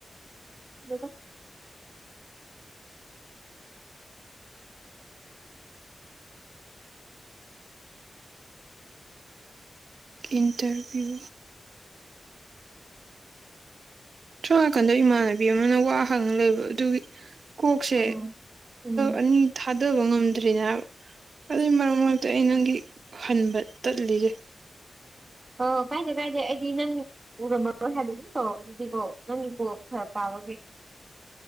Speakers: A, on the right; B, on the right.
A: ꯌꯦꯗ
B: ꯏꯟꯇꯔꯚ꯭ꯌꯨ ꯊꯣ ꯅꯥꯀꯟꯗ ꯏꯃꯥꯟꯅꯕꯤ ꯑꯃꯅ ꯋꯥ ꯍꯥꯡꯉ ꯂꯩꯕ ꯑꯗꯨꯒꯤ ꯀꯣꯛꯁꯦ
A: ꯎꯝ ꯎꯝ
B: ꯑꯅꯤ ꯊꯥꯗꯕ ꯉꯝꯗ꯭ꯔꯤꯅꯦꯕ ꯑꯗꯨꯏ
A: ꯑꯁ
B: ꯃꯔꯝ ꯑꯣꯏ ꯑ ꯑꯩ ꯅꯪꯒꯤ ꯍꯟꯕ ꯇꯠꯂꯤꯁꯦ
A: ꯑ ꯀꯥꯏꯗꯦ ꯀꯥꯏꯗꯦ ꯑꯩꯗꯤ ꯅꯪ ꯎꯔꯝꯃꯔꯣꯏ ꯍꯥꯏꯕ ꯑꯗꯨꯝ ꯇꯧꯔꯛꯏꯗꯨꯗꯤ ꯀꯣ ꯅꯪꯒꯤꯀꯣ ꯐꯔꯛ ꯇꯥꯕꯒꯤ